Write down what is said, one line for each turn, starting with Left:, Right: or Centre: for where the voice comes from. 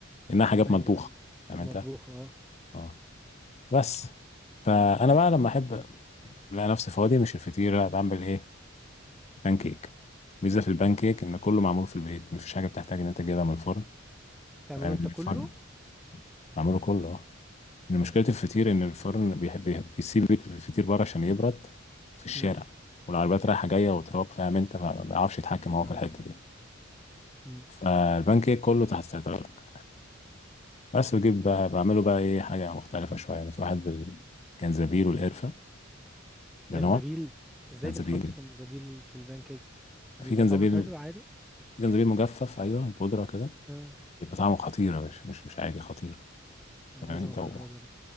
Left: إنها حاجات
Centre: أيوه
Left: مطبوخة
Centre: أيوه
Left: فاهم
Centre: مطبوخ
Left: أنت
Centre: آه
Left: اه بس فأنا بقى لما أحب ألاقي نفسي فاضي مش الفطيرة بعمل إيه بانكيك ميزة في البانكيك إن كله معمول في البيت مفيش حاجة بتحتاج إن أنت تجيبها من الفرن
Centre: تعمله
Left: تمام
Centre: أنت
Left: من
Centre: كله؟
Left: الفرن معموله كله آه. إن مشكلة الفطير إن الفرن بيحب بيحب- بيسيب الفطير بره عشان يبرد في الشارع
Centre: مم.
Left: والعربيات رايحة جاية وتراب فاهم أنت فما بيعرفش يتحكم هو
Centre: آه
Left: في الحتة دي
Centre: مم.
Left: فالبان كيك كله تحت سيطرتك بس بجيب بقى بعمله بقى إيه حاجة مختلفة شوية يعني في واحد بالجنزبيل والقرفة ده
Centre: جنزبيل
Left: نوع
Centre: إزاي
Left: جنزبيل
Centre: بتحط جنزبيل في البانكيك؟ بيبقى
Left: في جنزبيل
Centre: طعمه حلو عادي؟
Left: في جنزبيل مجفف أيوه البودرة كده
Centre: آه
Left: يبقى طعمه خطير يا باشا مش مش عادي خطير
Centre: أنا
Left: تمام
Centre: لازم
Left: أنت
Centre: أجربه
Left: هو
Centre: ده